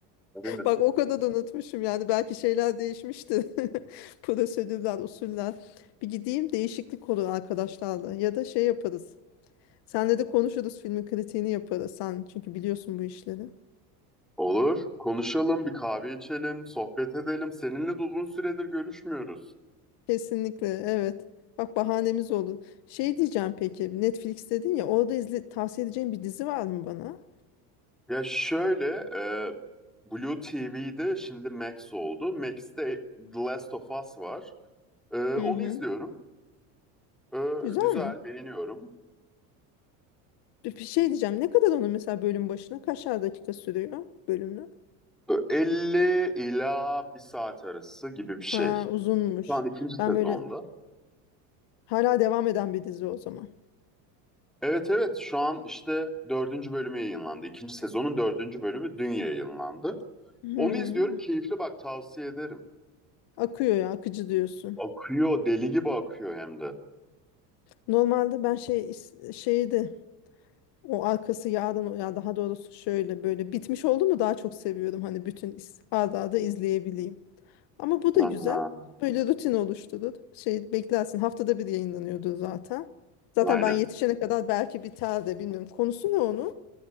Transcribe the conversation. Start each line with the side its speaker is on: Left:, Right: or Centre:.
Centre: Aynen.
Left: Bak o kadar da unutmuşum yani belki şeyler değişmişti. <laughs> Prosedürler, usuller. Bir gideyim değişiklik olur arkadaşlarla ya da şey yaparız. Senle de konuşuruz filmin kritiğini yaparız sen çünkü biliyorsun bu işleri.
Centre: Olur. Konuşalım, bir kahve içelim, sohbet edelim. Seninle de uzun süredir görüşmüyoruz.
Left: Kesinlikle evet. Bak bahanemiz olun. Şey diyeceğim peki Netflix dedin ya orada izle, tavsiye edeceğin bir dizi var mı bana?
Centre: Ya şöyle, e, Blue TV'de şimdi Max oldu. Max'te The Last of Us var. E, onu
Left: Hı hı.
Centre: izliyorum. E,
Left: Güzel
Centre: güzel,
Left: mi?
Centre: beğeniyorum.
Left: Bir, bir şey diyeceğim ne kadar onun mesela bölüm başına kaçar dakika sürüyor bölümler?
Centre: E, 50 ila bir saat arası gibi bir şey.
Left: Ha uzunmuş.
Centre: Şu an ikinci sezonda.
Left: Ben böyle Hala devam eden bir dizi o zaman.
Centre: Evet evet şu an işte dördüncü bölümü yayınlandı. İkinci sezonun dördüncü bölümü dün yayınlandı.
Left: Hmm.
Centre: Onu izliyorum keyifli bak tavsiye ederim.
Left: Akıyor ya, akıcı diyorsun.
Centre: Akıyor deli gibi akıyor hem de.
Left: Normalde ben şey is- şeydi o arkası yarın ya daha doğrusu şöyle böyle bitmiş oldu mu daha çok seviyorum hani bütün is- arda arda izleyebileyim. Ama bu da
Centre: Aa,
Left: güzel. Böyle rutin oluşturur. Şey beklersin haftada bir yayınlanıyordu zaten. Zaten
Centre: aynen
Left: ben yetişene kadar belki biter de bilmiyorum. Konusu ne onun?